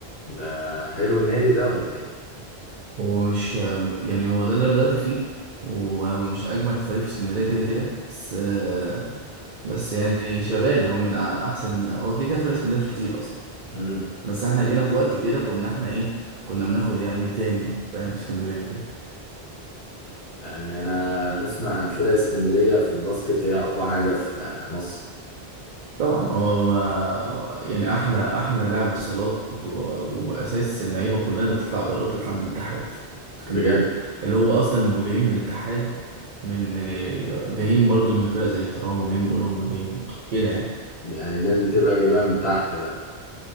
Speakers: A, on the left (about 60°); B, on the right (about 55°).
A: ده حلو النادي ده ولا ايه؟
B: هو مش يعني هو ده اللي انا بدأت فيه وهو مش اجمد فريق في اسكندريه كده كده بس آه، بس يعني شغال يعني هو من أ- احسن هو كده كده فريق اسكندريه مش كتير اصلا
A: امم
B: بس احنا جينا في وقت كده كنا احنا ايه كنا بناخد يعني تاني فاهم في اسكندريه
A: يعني انا اسمع عن فرق اسكندرية في الباسكت هي اقوى حاجة في مصر
B: طبعا هو ما يعني احلى احلى لاعب صالات و... واساس اللعيبه كلها اللي بتطلع بره بتطلع من الاتحاد اسكندريه
A: بجد
B: اللي هو اصلا اللي بيبقوا جايين من الاتحاد من اللي جاي... جايين برضه من فرق زي الترام وجايين من اولمبي وجايين من كده يعني
A: يعني الناس بتبقى جايبها من تحت بقى